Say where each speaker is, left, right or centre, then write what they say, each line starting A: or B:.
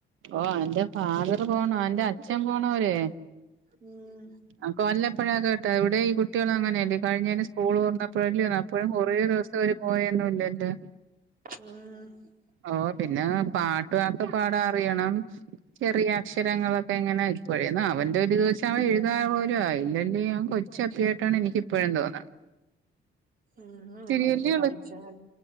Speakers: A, on the right (about 85°); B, on the right (about 45°).
A: ഓഹ് അവന്റെ ഫാദർ പോണോ അവന്റെ അച്ഛൻ പോണോ വരെ
B: ഉം
A: അംക്ക് വല്ലപ്പഴെക്ക കിട്ടാ ഇവടെ ഈ കുട്ടികളും അങ്ങനെയല്ലേ കഴിഞ്ഞേന് സ്കൂള് തൊർന്നപ് പ്പഴല്ലേ അപ്പാെഴും കൊറേ ദിവസം ഇവര് പോയേന്നുംല്ലല്ലോ
B: ഉം
A: ഓഹ് പിന്നെ പാട്ട് ഒക്കെ പാടാ അറിയണം ചെറിയ അക്ഷരങ്ങളൊക്കെ എങ്ങനെ ഇപ്പോഴേന്നു അവന്റെ ഒരു ഇത് വെച്ച് അവൻ എഴുതാൻ പോലും ആയിഇല്ലങ്കി അവൻ കൊ ച്ചപ്പിയായിട്ടാണ് എനിക്ക് ഇപ്പഴും തോന്നുണത്
B: ഉം
A: ച്ചിരിയല്ലേ
B: എന്നാലും
A: ഉള്ളൂ
B: പഠിച്ചാൽ